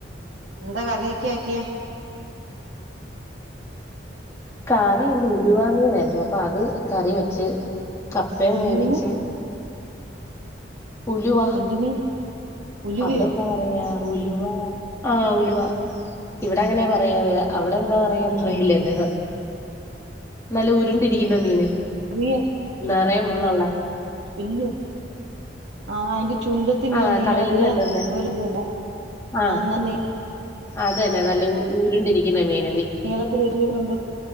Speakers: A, on the right; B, on the left.
A: എന്താ കറിയൊക്ക ആക്കിയെ
B: കറിന്ന് ഉലുവ മീനായിരുന്നു അപ്പൊ അത് കറി വെച്ച് കപ്പയും
A: എന്ത്
B: വേവിച്ച്
A: മീന്
B: ഉലുവ
A: എന്ത് മീൻ ഉലുവയോ
B: അവിടെ എന്താ പറയാ ഉലുവ ആഹ് ഉലുവ ഇവിടെ അങ്ങനെ പറയാവ അവിടെ എന്താ പറയാന്ന് അറിയില്ലല്ലോ നല്ല ഉരുണ്ടിരിക്കുന്ന മീന്
A: ചെറിയ
B: നറയെ മുള്ളൊള്ള
A: <unintelligible> ആ അയിന്റെ ചുണ്ടത്ത് ഇങ്ങനെ
B: ആഹ്
A: നീളത്തില്
B: കടലീന്ന് കിട്ടുന്നെ
A: <unintelligible>
B: ആഹ്
A: ആ എന്നാ നീ
B: അത് തന്നെ നല്ല ഉരുണ്ടിരിക്കുന്ന മീൻ
A: കേരളത്തിലൊരുവിധം ഉണ്ട്